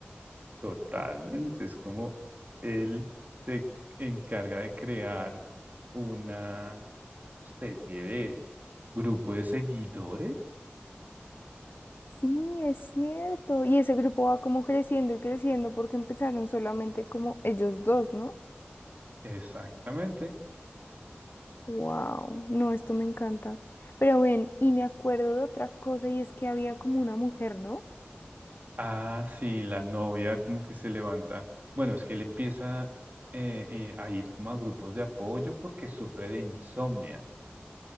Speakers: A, on the right; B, on the left.
A: totalmente. Es como él se encarga de crear una especie de grupo de seguidores,
B: Sí, es cierto. Y ese grupo va como creciendo y creciendo porque empezaron solamente como ellos dos, ¿no?
A: exactamente
B: Wow, no, esto me encanta. Pero ven, y me acuerdo de otra cosa y es que había como una mujer, ¿no?
A: Ah, sí, la novia como que se levanta. Bueno, es que él empieza eh, eh, a ir como a grupos de apoyo porque sufre de insomnia.